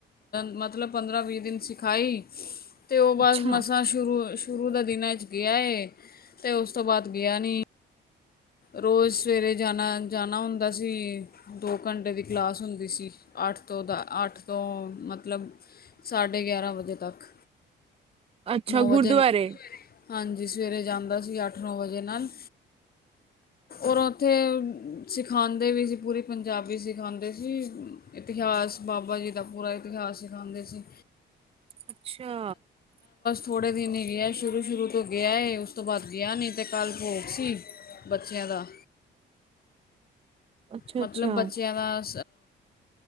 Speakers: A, on the left; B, on the right.
A: ਮਤਲਬ ਪੰਦਰਾਂ ਵੀਹ ਦਿਨ ਸਿਖਾਈ ਅਤੇ ਉਹ ਬਅਸ
B: ਅੱਛਾ
A: ਮਸਾਂ ਸ਼ੁਰੂ। ਸ਼ੁਰੂ ਦਾ ਦਿਨਾਂ ' ਗਿਆ ਤੇ ਉਸ ਤੋਂ ਬਾਅਦ ਗਿਆ ਨੀ ਰੋਜ਼ ਸਵੇਰੇ ਜਾਣਾ ਜਾਣਾ ਹੁੰਦਾ ਸੀ ਦੋ ਘੰਟੇ ਦੀ ਕਲਾਸ ਹੁੰਦੀ ਸੀ ਅੱਠ ਤੋਂ ਦਾ ਅੱਠ ਤੋਂ ਮਤਲਬ ਸਾਢੇ ਗਿਆਰਾਂ ਵਜੇ ਤੱਕ।
B: ਅੱਛਾ
A: ਵਜੇ
B: ਗੁਰਦੁਆਰੇ।
A: ਹਾਂਜੀ ਸਵੇਰੇ ਜਾਂਦਾ ਸੀ ਅੱਠ ਨੌਂ ਵਜੇ ਨਾਲ। ਉਰੋਂ। ਉੱਥੇ ਸਿਖਾਦੇ। ਦੇ ਵੀ ਸੀ ਪੂਰੀ। ਪੰਜਾਬੀ ਸਿਖਾਉਂਦੇ ਸੀ। ਇਤਿਹਾਸ ਬਾਬਾ ਜੀ ਦਾ ਪੂਰਾ ਇਤਿਹਾਸ ਸਿਖਾਉਂਦੇ ਸੀ।
B: ਅੱਛਾ।
A: ਥੋੜ੍ਹੇ ਦਿਨ ਹੀ ਗਿਆ ਸ਼ੁਰੂ ਸ਼ੁਰੂ ਤੋਂ ਗਿਆ ਏ ਉਸ ਤੋਂ ਬਾਅਦ ਗਿਆ ਨਹੀਂ ਅਤੇ ਕੱਲ੍ਹ ਭੋਗ ਸੀ। ਬੱਚਿਆਂ ਦਾ।
B: ਅੱਛਾ
A: ਮਤਲਬ
B: ਅੱਛਾ
A: ਬੱਚਿਆਂ ਦਾ।